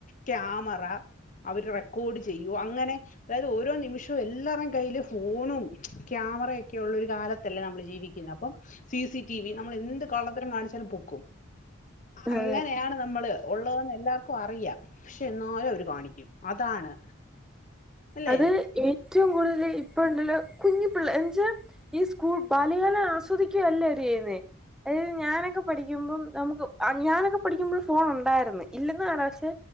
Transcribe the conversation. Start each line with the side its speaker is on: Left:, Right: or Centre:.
Left: ക്യാമറ അവര് റെക്കോർഡ് ചെയ്യൊ അങ്ങനെ അതായത് ഓരോ നിമിഷവും എല്ലരേം കയ്യില് ഫോണും ക്യാമറയൊക്കെ ഉള്ള ഒരു കാല ത്തല്ലെ നമ്മള് ജീവിക്കുന്നത് അപ്പം സി സി ടി വി നമ്മൾ എന്ത് കള്ളത്തരം കാണിച്ചാലും പൊക്കും അങ്ങനെയാണ്
Centre: അതെ
Left: നമ്മള് ഉള്ളതെന്ന് എല്ലാവർക്കും അറിയാം പക്ഷെ എന്നാലും അവര് കാണിക്കും അതാണ് അല്ലേ
Centre: അത് ഏറ്റവും കൂടുതല് ഇപ്പുണ്ടല്ലോ കുഞ്ഞിപ്പിള്ള എന്നെച്ചാ ഈ സ്കൂൾ ബല്യകാലം ആസ്വാദിക്കുകയല്ലാ അവര് ചെയ്യുന്നേ അതായത് ഞാനൊക്കെ പഠിക്കുമ്പം നമുക്ക് <unintelligible> ക്കെ പഠിക്കുമ്പഴും ഫോൺ ഉണ്ടാരുന്നു ഇല്ലെന്ന് <unintelligible> പക്ഷെ